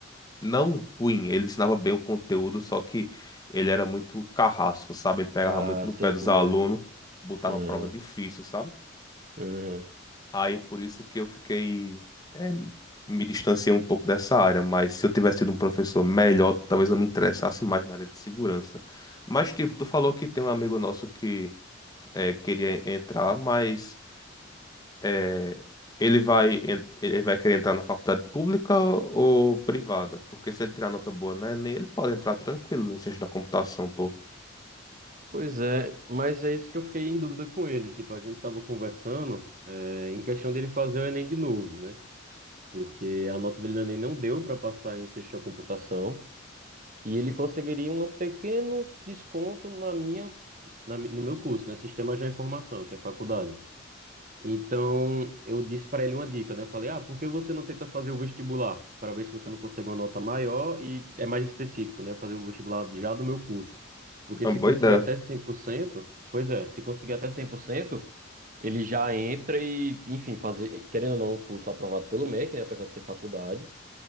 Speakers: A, on the left; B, on the right.
A: não ruim, ele ensinava bem o conteúdo, só que ele era muito carrasco, sabe? Ele pegava
B: Ah,
A: muito no pé
B: sei
A: dos
B: como
A: alunos,
B: é.
A: botava
B: Aham,
A: prova difícil, sabe?
B: aham.
A: Aí por isso que eu fiquei, é, me distanciei um pouco dessa área, mas se eu tivesse tido um professor melhor, talvez eu me interessasse mais na área de segurança. Mas tipo, tu falou que tem um amigo nosso que é, queria entrar, mas é, ele vai, en- ele vai querer entrar na faculdade pública ou privada? Porque se ele tirar nota boa na Enem, ele pode entrar tranquilo em ciência da computação, pô.
B: Pois é, mas é isso que eu fiquei em dúvida com ele. Tipo, a gente tava conversando, é, em questão dele fazer o Enem de novo, né? Porque a nota dele no Enem não deu para passar em ciência da computação e ele conseguiria um pequeno desconto na minha, na mi- no meu curso, né? Sistema de Informação, que é faculdade. Então, eu disse para ele uma dica, né? Eu falei, ah, por que você não tenta fazer o vestibular? Para ver se você não consegue uma nota maior e é mais específico, né? Fazer o vestibular já do meu curso. Porque
A: É
B: se
A: uma boa
B: conseguir
A: ideia.
B: até 100%, pois é, se conseguir até 100%, ele já entra e, enfim, fazer, querendo ou não, um curso aprovado pelo MEC, né? Apesar de ser faculdade.